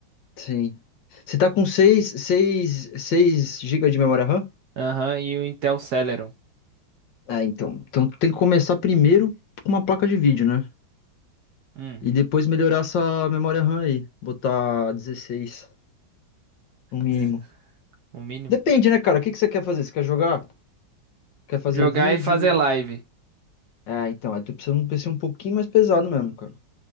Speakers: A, on the left (about 65°); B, on the right (about 60°).
A: Sim. Você tá com seis, seis, seis gigas de memória RAM?
B: Aham. E o Intel Celeron.
A: É, então. Então tu tem que começar primeiro com uma placa de vídeo, né?
B: Hum.
A: E depois melhorar essa memória RAM aí. Botar 16, no mínimo.
B: diz- O mínimo,
A: Depende,
B: cara.
A: né, cara? O que que você quer fazer? Você quer jogar? Quer fazer
B: Jogar
A: vídeo?
B: e fazer live.
A: É, então, aí tu precisa de um PC um pouquinho mais pesado mesmo, cara.